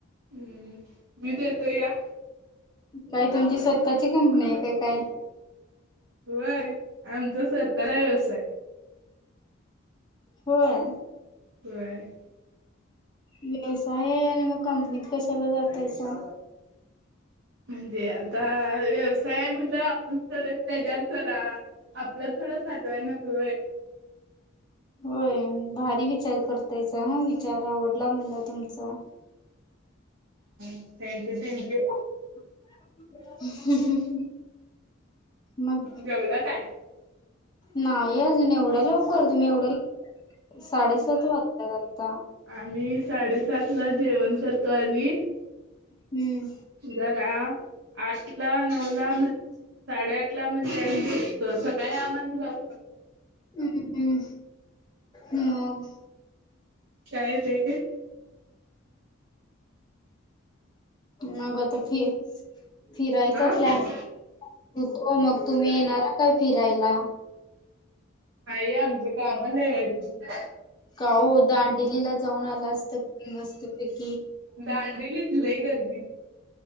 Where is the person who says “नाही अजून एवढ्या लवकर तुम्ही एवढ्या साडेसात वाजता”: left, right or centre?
Left